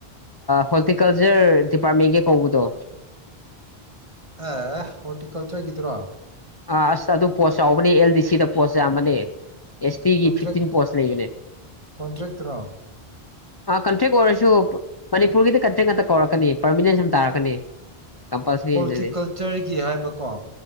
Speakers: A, on the left; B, on the right.
A: ꯍꯣꯔꯇꯤꯀꯜꯆꯔ ꯗꯤꯄꯥꯔꯠꯃꯦꯟꯒꯤ ꯀꯧꯕꯗꯣ
B: ꯑꯦ ꯍꯣꯔꯔꯇꯤꯀꯜꯆꯔꯀꯤꯗꯨꯔꯣ
A: ꯑꯥ ꯑꯁ ꯑꯗꯨ ꯄꯣꯁ ꯆꯥꯎꯕꯅꯦ ꯑꯦꯜ ꯗꯤ ꯁꯤꯗ ꯄꯣꯁ ꯌꯥꯝꯕꯅꯦ ꯑꯦꯁꯇꯤ
B: ꯀꯣꯟꯇ꯭ꯔꯦꯛ
A: ꯐꯤꯐꯇꯤꯟ ꯄꯣꯁ ꯂꯩꯕꯅꯦ
B: ꯀꯣꯟꯇ꯭ꯔꯦꯛꯇꯨꯔꯣ
A: ꯑ ꯀꯟꯇ꯭ꯔꯦꯛ ꯑꯣꯏꯔꯁꯨ ꯃꯅꯤꯄꯨꯔꯒꯤꯗꯤ ꯀꯟꯇ꯭ꯔꯦꯛ ꯉꯥꯛꯇ ꯀꯧꯔꯛꯀꯅꯤ ꯄꯔꯃꯤꯅꯦꯟ ꯁꯨꯝ ꯇꯥꯔꯛꯀꯅꯤ ꯀꯝꯄꯜꯁꯔꯤ
B: ꯍꯣꯔꯇꯤꯀꯜꯆꯔꯒꯤ
A: ꯑꯗꯨꯗꯤ
B: ꯍꯥꯏꯕꯀꯣ